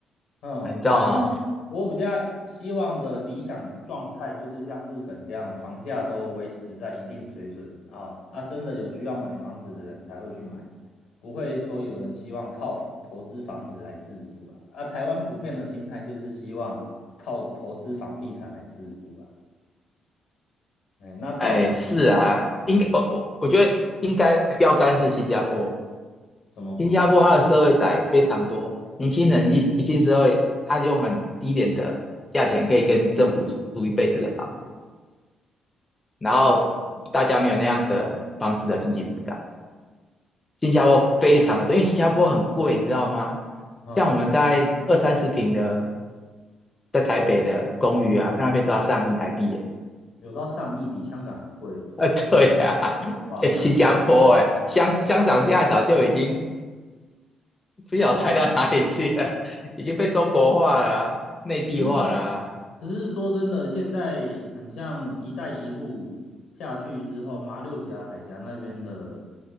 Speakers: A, on the left; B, on the left.
A: 嗯。
B: 啊，你知道吗？
A: 但是我比较希望的理想状态就是像日本这样，房价都维持在一定水准啊，啊，真的有需要买房子的人才会去买，不会说有人希望靠房投资房子来致富啊。啊，台湾普遍的心态就是希望靠投资房地产来致富啊，哎，那造成就是，
B: 哎，是啊，
A: 嗯，
B: 应该我我我觉得应该标杆是新加坡，
A: 怎么说？
B: 新加坡它的社会仔非常多，年轻人一一进社会，他用很低廉的价钱可以跟政府租租一辈子的房子，然后大家没有那样的房子的经济负担。
A: 哦嗯。
B: 新加坡非常的多因为新加坡很贵，你知道吗？
A: 嗯
B: 像我们在二三十平的，在台北的公寓啊，它那边都要上亿台币耶。
A: 有到上亿，比香港还贵哦。
B: 啊，对啊，<laughs>
A: 哇，
B: 哎，
A: 那很夸张的。
B: 新加坡哎，乡乡长现在早就已经不晓得抬到哪里去了，已经被中国化了啊，内地化了啊
A: 只是，只是说真的，现在很像“一带一路”下去之后，马六甲海峡那边的，